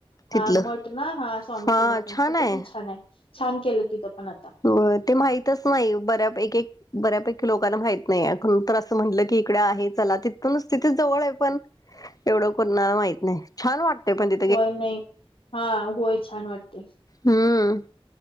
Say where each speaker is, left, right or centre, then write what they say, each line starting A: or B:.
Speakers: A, on the left; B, on the left.
A: हा
B: तिथलं
A: मठ ना हा स्वामी
B: हा
A: समर्थन
B: छान
A: तिथं
B: आहे
A: पण छान आहे छान केलं तिथं पण आता.
B: हो ते माहीतच नाही बऱ्यापैकी बऱ्यापैकी लोकांना माहित नाही अ तर असं म्हटलं की इकडे आहे चला तिथूनच तिथे जवळ आहे पण एवढं कोणाला माहित नाही. छान वाटतेय पण ती
A: होय नाही हा होय छान वाटते.
B: हम्म.